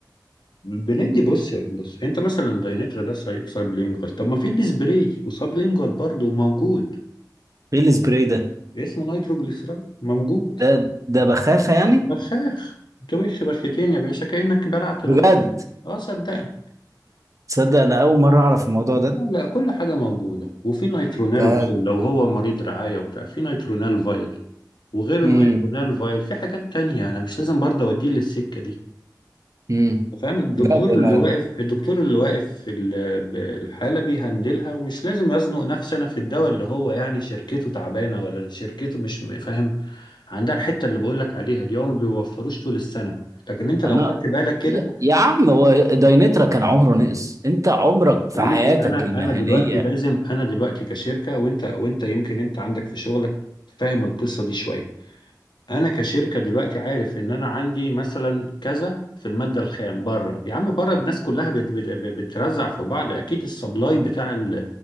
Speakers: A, on the left; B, on the right.
A: بندي بص بص انت مثلا داينترا ده ساي- سايبلينجوال طب ما في السبراي وسابلينجوال برضه موجود
B: إيه السبراي ده؟
A: اسمه نيتروجليسيرين موجود
B: ده ده بخاخة يعني؟
A: بخاخ تبخ بخيتين يا باشا كأنك بلعت
B: بجد
A: القرص اه صدقني
B: تصدق أنا أول مرة أعرف الموضوع ده
A: لا لا كل حاجة موجودة وفي نيترونال
B: ده
A: فايل لو هو مريض رعاية وبتاع في نيترونال فايل وغير
B: امم
A: النيترونال فايل في حاجات تانية أنا مش لازم برضه أوديه للسكة دي
B: امم
A: فاهم الدكتور
B: لا ده
A: اللي
B: أنا
A: واقف الدكتور اللي واقف في ال- بالحالة بيهندلها ومش لازم يزنق نفسي أنا في الدواء اللي هو يعني شركته تعبانة ولا شركته مش م- فاهم عندها الحتة اللي بقولك عليها دي هو ما بيوفروش طول السنة لكن أنت لو
B: أنا
A: خدت بالك كده
B: يا يا عم هو داينترا كان عمره نقص أنت عمرك في
A: حبيبي
B: حياتك
A: انا
B: المهنية
A: انا دلوقتي لازم انا دلوقتي كشركه وانت وانت يمكن انت عندك في شغلك فاهم القصه دي شويه انا كشركه دلوقتي عارف ان انا عندي مثلا كذا في الماده الخام بره يا عم بره الناس كلها بت بت بترزع في بعض اكيد السبلاي بتاع ال-